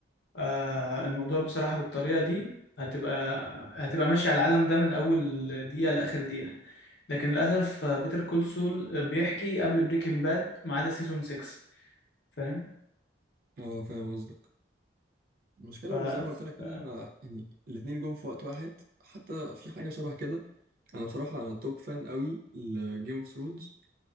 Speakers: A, on the left (about 65°); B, on the right (about 50°).
A: آه الموضوع بصراحة بالطريقة دي هتبقى هتبقى ماشي على العالم ده من اول دقيقة لاخر دقيقة لكن للاسف بيتر كول سول بيحكي قبل بريكنج باد ما عدا سيزون 6 فاهم
B: اه فاهم قصدك المشكلة
A: ف ف
B: هو زي ما قلت لك كده أنا- يعني الاتنين جم في وقت واحد حتى في حاجة شبه كده أنا بصراحة أنا توب فان قوي لجيم اوف ثرونز